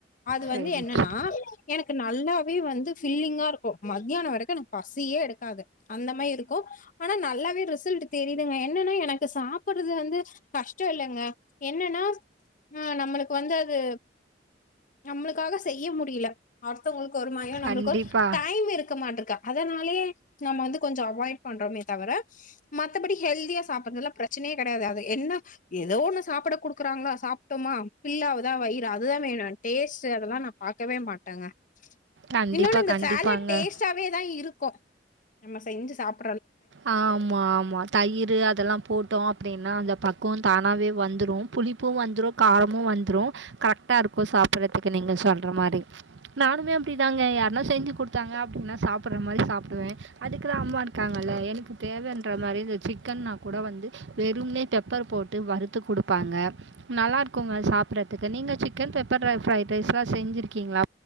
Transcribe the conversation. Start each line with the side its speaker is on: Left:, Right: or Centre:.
Left: அது
Right: சரி,
Left: வந்து என்னன்னா
Right: சரி.
Left: எனக்கு நல்லாவே வந்து ஃபில்லிங்கா இருக்கு மத்தியானோ வரைக்கு எனக்கு பசியே எடுக்காது அந்த மாரி இருக்கு ஆனா நல்லாவே ரிசல்ட் தெரியுதுங்க என்னன்னா எனக்கு சாப்பிடுறது வந்து கஷ்டோ இல்லங்க என்னன்னா ஆ நம்மளுக்கு வந்து அது நம்மளுக்காக செய்ய முடியல அடுத்தவுங்களுக்கு ஒரு மாயோ
Right: கண்டிப்பா.
Left: நம்மளுக்கு ஒரு டைம் இருக்க மாட்டுக்க அதனாலயே நம்ம வந்து கொஞ்சோ அவாய்ட் பண்றோமே தவிர மத்தபடி ஹெல்தியா சாப்பிடறதுல்லா பிரச்சனையே கெடையாது அது என்ன எதோ ஒன்னு சாப்பிட குடுக்குறாங்களா சாப்ட்டோமா பில்லாவதா வயிறு அதுதா வேணு டேஸ்ட்டு அதெல்லா நா பாக்கவே மாட்டேங்க
Right: கண்டிப்பா,
Left: இன்னொன்னு இந்த
Right: கண்டிப்பாங்க.
Left: சாலட் டேஸ்ட் ச்சாவே தா இருக்கு நம்ம செஞ்சு சாப்
Right: ஆ ஆமா ஆமா தயிரு அதெல்லா போட்டோ அப்டினா அந்த பக்கோ தானாவே வந்துரு புளிப்பு வந்துரு காரமு வந்துரு கரெக்டா இருக்கு சாப்பிடுறதுக்கு நீங்க சொல்ற மாரி நானுமே அப்டிதாங்க யாருனா செஞ்சு குடுத்தாங்க அப்டினா சாப்பிடுடற மாரி சாப்டுவே அதுக்குதா அம்மா இருக்காங் நல்லா எனக்கு தேவன்ற மாதிரி இந்த சிக்கன்னா கூட வந்து வெறுமனே பெப்பர் போட்டு வறுத்து குடுப் பாங்க நல்லா இருக்குங்க சாப்ட்றதுக்கு நீங்க சிக்கன் பெப்பர் ட்ற ஃப்ரைட் ரைஸ்லா செஞ்சிருக்கீங்ளா